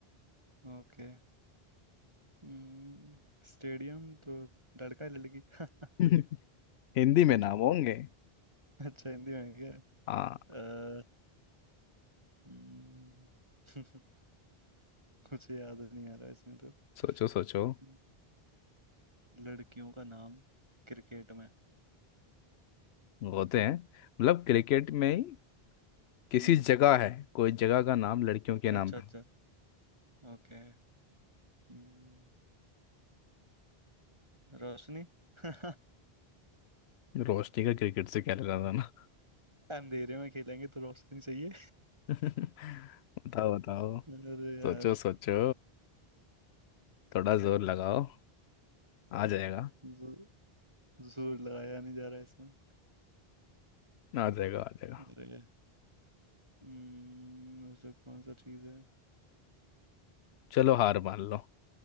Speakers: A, on the right; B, on the left.
A: ओके हम्म, स्टेडियम तो लड़का है लड़की <laughs>
B: <laughs> हिंदी में नाम होंगे
A: अच्छा हिंदी में है क्या
B: हाँ
A: अ, हम्म, <laughs> कुछ याद नहीं आ रहा इसमें तो
B: सोचो सोचो
A: हम्म, लड़कियों का नाम क्रिकेट में
B: होते हैं मतलब क्रिकेट में ही किसी
A: हम्म
B: जगह है कोई जगह का नाम लड़कियों के
A: अच्छा
B: नाम पे
A: अच्छा ओके हम्म, रोशनी <laughs>
B: रोशनी का क्रिकेट से क्या लेना था ना
A: अंधेरे में खेलेंगे तो रोशनी चाहिए
B: <laughs> बताओ बताओ
A: अरे यार
B: सोचो सोचो थोड़ा जोर लगाओ आ जाएगा
A: हम्म, जोर लगाया नहीं जा रहा है इसमें
B: आ जाएगा आ जाएगा
A: अरे हम्म ऐसा कौन सा चीज है
B: चलो हार मान लो